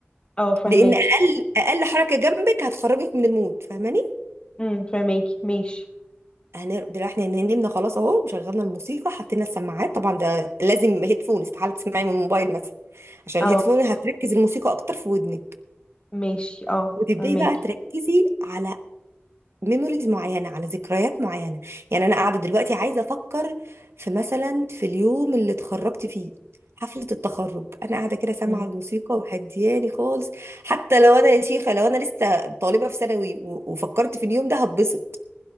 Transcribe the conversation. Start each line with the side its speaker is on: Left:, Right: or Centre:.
Left: اه فهماكي
Right: لان اقل اقل حركه جنبك هتخرجك من المود فاهماني
Left: امم فهماكي ماشي
Right: انا دلوقتي احنا نمنا خلاص اهو وشغلنا الموسيقى حطينا السماعات طبعا ده لازم هيدفون استحاله تسمعي من الموبايل مثلا عشان
Left: اه
Right: الهيدفون هتركز الموسيقى اكتر في ودنك
Left: ماشي اه
Right: وتبداي
Left: فهماكي
Right: بقى تركزي على ميموريز معينه على ذكريات معينه يعني انا قاعده دلوقتي عايزه افكر في مثلا في اليوم اللي اتخرجت فيه حفله التخرج انا قاعده كده سامعه
Left: امم
Right: الموسيقى وهدياني خالص حتى لو انا يا شيخه لو انا لسه طالبه في ثانوي و- وفكرت في اليوم ده هتبسط